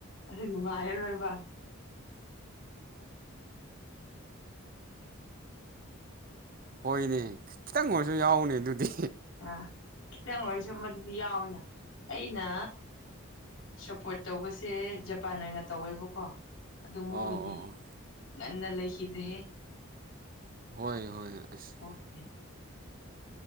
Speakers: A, on the left; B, on the right.
A: ꯑꯁꯤ ꯅꯨꯡꯉꯥꯏꯔꯔꯣꯏꯕ
B: ꯍꯣꯏꯅꯦ ꯈꯤꯇꯪ ꯑꯣꯏꯔꯁꯨ ꯌꯥꯎꯅꯦ ꯑꯗꯨꯗꯤ
A: ꯑ ꯈꯤꯇꯪ ꯑꯣꯏꯔꯁꯨ ꯃꯗꯨꯗꯤ ꯌꯥꯎꯋꯅ ꯑꯩꯅ ꯁꯄꯣꯔꯠ ꯇꯧꯕꯁꯦ ꯖꯄꯥꯟ ꯑꯣꯏꯅ ꯇꯧꯋꯦꯕꯀꯣ ꯑꯗꯨ
B: ꯑꯣ
A: ꯃꯣꯏꯗꯤ
B: ꯑꯣ ꯑꯣ
A: ꯉꯟꯅ ꯂꯩꯈꯤꯗ꯭ꯔꯦꯍꯦ
B: ꯍꯣꯏ ꯍꯣꯏ ꯑꯁ
A: ꯎꯝ <unintelligible>